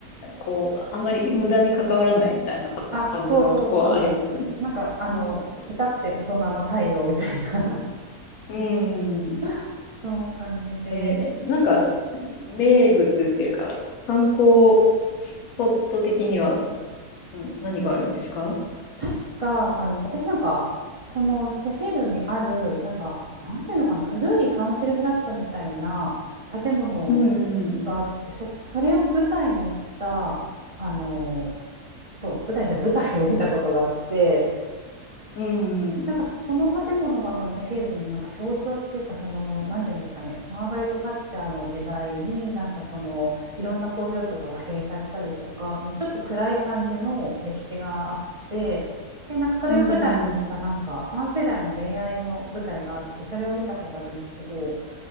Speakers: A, on the left; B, on the right.
A: こう、あんまり無駄に関わらないみたいな感じのとこはありますよね。
B: あ、そうそうそう。なんかあの、
A: うん。
B: 至って大人な対応みたいな
A: うんうんうん。
B: <laughs> そう感じで、
A: えーなんか名物っていうか、観光スポット的には、うん、何があるんですか
B: 確か、あの、私なんか、そのシェフィルにある、なんか、なんていうのかな、古いカウンシルフラットみたいな建物
A: うんうん。
B: があって、そ、それを舞台にした、あの、そう、舞台にした舞台を見たことがあって、
A: うんうん。
B: なんかその建物がそのシェフィールドのなんか象徴っていうかそのなんていうんですかねマーガレット・サッチャーの時代になんかそのいろんな工場とかが閉鎖したりとかそのちょっと暗い感じの歴史があってでなんかそれを舞台にしたなんか3世代の恋愛の舞台があってそれを見たことあるんですけど
A: うんうんうん。